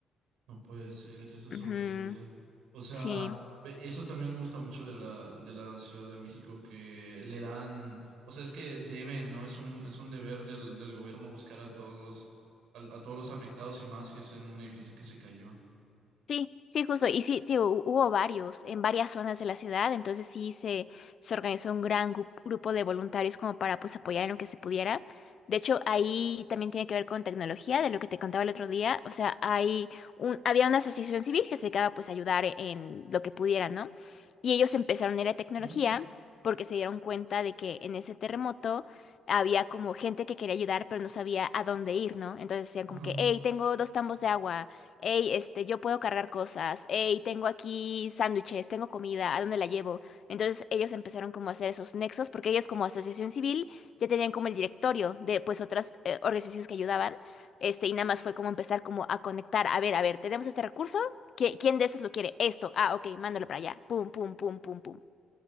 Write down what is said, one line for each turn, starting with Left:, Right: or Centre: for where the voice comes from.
Right: No puede ser, eso es
Left: Ujú,
Right: horrible. O sea,
Left: Sí.
Right: pe- eso también me gusta mucho de la, de la Ciudad de México, que le dan, o sea, es que deben, ¿no? Es un, es un deber del, del gobierno buscar a todos los, a, a todos los afectados y más si es en un edificio que se cayó.
Left: Sí, sí, justo. Y sí, tío, hu- hubo varios en varias zonas de la ciudad, entonces sí se, se organizó un gran gu- grupo de voluntarios como para pues apoyar en lo que se pudiera. De hecho, ahí también tiene que ver con tecnología, de lo que te contaba el otro día. O sea, hay un, había una asociación civil que se dedicaba pues a ayudar e- en lo que pudiera, ¿no? Y ellos empezaron a ir a tecnología
Right: ¿Mm?
Left: porque se dieron cuenta de que en ese terremoto había como gente que quería ayudar, pero no sabía a dónde ir, ¿no? Entonces decían
Right: Ajá.
Left: como que, hey, tengo dos tambos de agua hey, este, yo puedo cargar cosas, hey, tengo aquí sándwiches, tengo comida, ¿a dónde la llevo? Entonces ellos empezaron como a hacer esos nexos, porque ellos como asociación civil ya tenían como el directorio de pues otras eh, organizaciones que ayudaban, este, y nada más fue como empezar como a conectar, a ver, a ver, tenemos este recurso, ¿qui- ¿quién de esos lo quiere? Esto, ah, ok, mándalo para allá, pum, pum, pum, pum, pum.